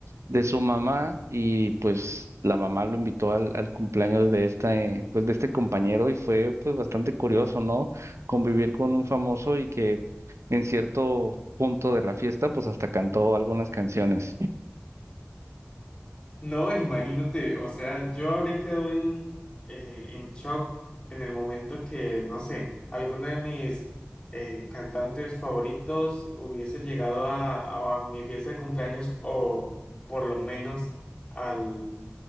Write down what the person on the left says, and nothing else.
No, imagínate, o sea, yo habría quedado en, eh, en shock en el momento que, no sé, alguno de mis eh, cantantes favoritos hubiese llegado a, a mi fiesta de cumpleaños o por lo menos al,